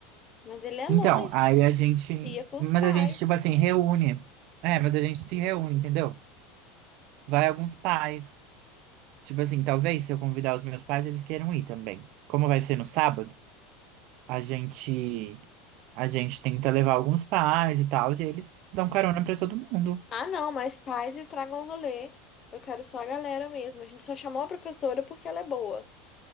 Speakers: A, on the left; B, on the right.
A: Mas ele é longe,
B: Então, aí
A: a
B: a gente.
A: gente ia com
B: Mas
A: os pais.
B: a gente, tipo assim, reúne. É, mas a gente se reúne, entendeu? Vai alguns pais. Tipo assim, talvez se eu convidar os meus pais, eles queiram ir também. Como vai ser no sábado, a gente. A gente tenta levar alguns pais e tal, e eles dão carona pra todo mundo.
A: Ah, não, mas pais estragam o rolê. Eu quero só a galera mesmo. A gente só chamou a professora porque ela é boa.